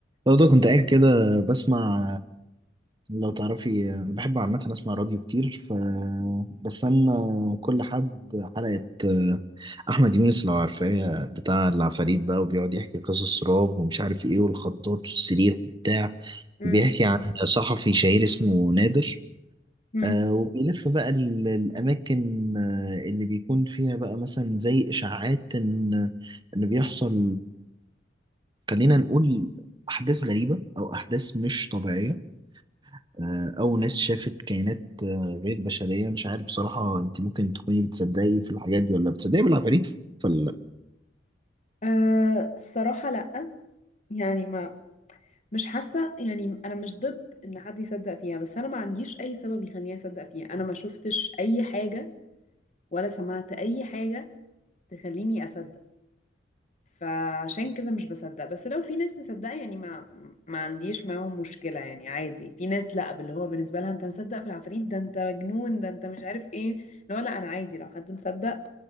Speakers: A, on the right; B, on the left.
A: لو ده كنت قاعد كده بسمع لو تعرفي أنا بحب عامة أسمع راديو كتير ف بستنى كل حد حلقة أحمد يونس لو عارفاه بتاع العفاريت بقى وبيقعد يحكي قصص رعب ومش عارف إيه والخضات والصريخ وبتاع
B: مم.
A: وبيحكي عن صحفي شهير اسمه نادر
B: مم.
A: آه، وبيلف بقى ال- الأماكن آه، اللي بيكون فيها بقى مثلا زي إشاعات إن إن بيحصل خلينا نقول أحداث غريبة أو أحداث مش طبيعية آه، أو ناس شافت كائنات آه، غير بشرية مش عارف بصراحة أنت ممكن تكوني بتصدقي في الحاجات دي ولا بتصدقي بالعفاريت ولا لأ؟
B: أه الصراحة لأ يعني ما مش حاسة يعني أنا مش ضد إن حد يصدق فيها بس أنا ما عنديش أي سبب يخليني أصدق فيها أنا ما شفتش أي حاجة ولا سمعت أي حاجة تخليني أصدق فعشان كده مش بصدق بس لو في ناس مصدقة يعني ما ما عنديش معاهم مشكلة يعني عادي في ناس لأ باللي هو بالنسبة لها أنت مصدق في العفاريت ده أنت مجنون ده أنت مش عارف إيه لا لا أنا عادي لو حد مصدق